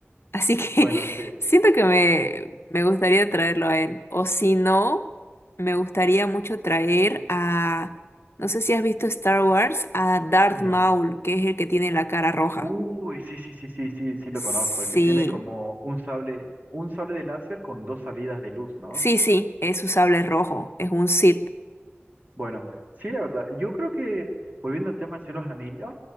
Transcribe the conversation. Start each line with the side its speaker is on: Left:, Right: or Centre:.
Left: Así que
Right: Bueno, sí.
Left: <laughs> siento que me, me gustaría traerlo a él. O si no, me gustaría mucho traer a, no sé si has visto Star Wars, a Darth
Right: Ya.
Left: Maul, que es el que tiene la cara roja.
Right: Uy, sí, sí, sí, sí, sí, sí lo
Left: Sí,
Right: conozco. El que tiene como un sable, un sable de láser con dos salidas de luz, ¿no?
Left: sí, sí, es su sable rojo, es un Sith.
Right: Bueno, sí, la verdad. Yo creo que, volviendo al tema del Señor de los Anillos,